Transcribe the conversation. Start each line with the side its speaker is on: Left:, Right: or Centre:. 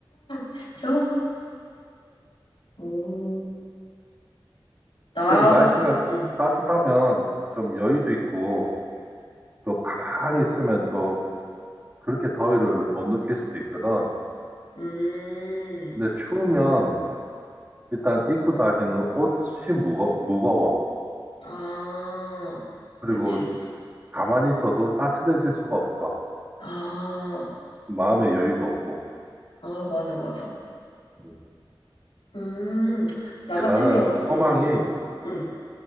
Left: 진짜? 오, 나가,
Right: 그래도 날씨가
Left: 응,
Right: 따뜻하면 좀 여유도 있고 또 가만히 있으면 또 그렇게 더위를 못 느낄 수도 있거든.
Left: 음,
Right: 근데 추우면 일단 입고 다니는 옷이 무거, 무거워.
Left: 아,
Right: 그리고
Left: 그치.
Right: 가만히 있어도 따뜻해질 수가 없어.
Left: 아.
Right: 마음의 여유도 없고.
Left: 아, 맞아, 맞아.
Right: 음.
Left: 음, 나
Right: 근데
Left: 같은
Right: 나는
Left: 경우,
Right: 소망이
Left: 음, 음, 음. 음.